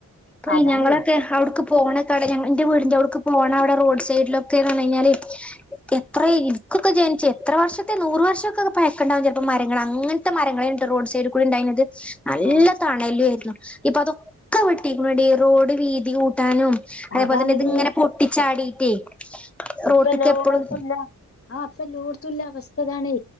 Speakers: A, in the centre; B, on the left.
A: ഇപ്പൊ
B: അതാണേ
A: ഞങ്ങളൊക്കെ അവിടുക്ക് പോണ കട ഞ എന്റെറെ വീടിൻന്റെറെടടുക്ക് പോണം അവിടെ റോഡ് സൈഡിലൊക്കെ പറഞ്ഞ കഴിഞ്ഞാല് എത്ര ഇനക്കൊക്കെ ജനിച്ചു എത്ര വർഷത്തെ നൂറ് വർഷതെക്കെക്കെ പയക്കണ്ടാവും മരങ്ങ അങ്ങനത്തെ മരങ്ങളെ റോഡ് സൈഡിൽ കൂടി ഉണ്ടായിരുന്നത് നല്ല
B: ആ
A: തണ ലേര്ന്നു ഇപ്പൊ അതൊക്കെ വെട്ടിക്ണു ഡി റോഡ് വീതി കൂട്ടാനും അതേപോലെ
B: അതാണെടീ
A: തന്നെ ഇത്ങ്ങനെ പൊട്ടിച്ചാടിട്ടേ റോട്ടിക്ക്
B: ഇപ്പ എല്ലോടത്തുല്ല
A: എപ്പളും
B: ആഹ അപ്പല്ലോട്ത്തുല്ല അവസ്ഥതാണേ